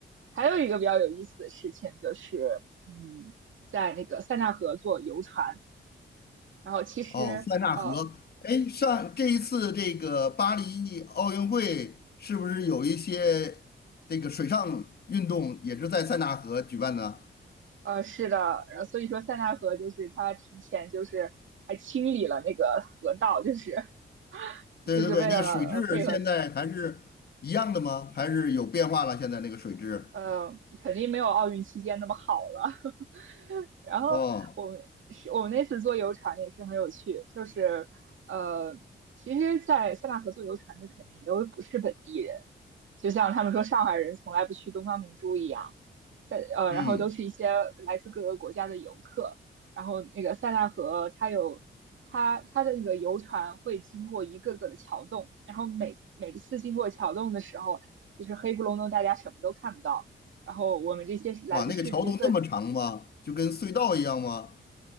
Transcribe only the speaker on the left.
哦，塞纳河，哎，上这一次这个巴黎奥运会是不是有一些这个水上运动也是在塞纳河举办的？
对对对，
那个水质现在还是一样的吗？还是有变化了？现在那个水质？
哦，
嗯，
哇，那个桥洞那么长吗？就跟隧道一样吗？